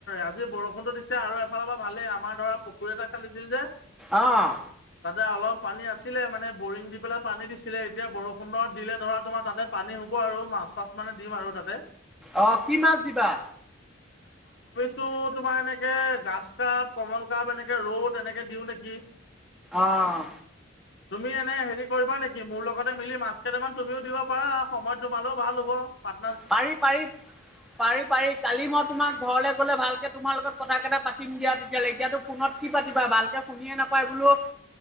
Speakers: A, on the left; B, in the centre.
A: আজি বৰষুণতো দিছে আৰু এফালে ভালেই আমাৰ ধৰা পুখুৰী এটা খান্দিছিল যে
B: অহ
A: তাতে অলপ পানী আছিলে মানে বৰিং দি পেলাই পানী দিছিলে এতিয়া বৰষুণত দিলে ধৰা তোমাৰ তাতে পানী আৰু মাছ চাছ মানে দিম আৰু তাতে।
B: অহ কি মাছ দিবা?
A: টো তোমাৰ এনেকে ঘাছকাপ কমলকাৰ্প এনেকে ৰৌ তেনেকে দিওঁ নেকি!
B: আহ
A: তুমি এনে হেৰি কৰিবা নেকি মোৰ লগতে মিলি মাছ কেইটামান তুমিও দিব পাৰা সময় তোমালেও ভাল হ'ব পা
B: পাৰি পাৰি পাৰি পাৰি কালি মই তোমাক ঘৰলে গলে ভালকে তোমাৰ লগত। কথা কেইটা পাতিম দিয়া তেতিয়াহ'লে এতিয়াতো ফোনত কি পাতিবা ভালকে শুনিয়ে নাপায় বোলো।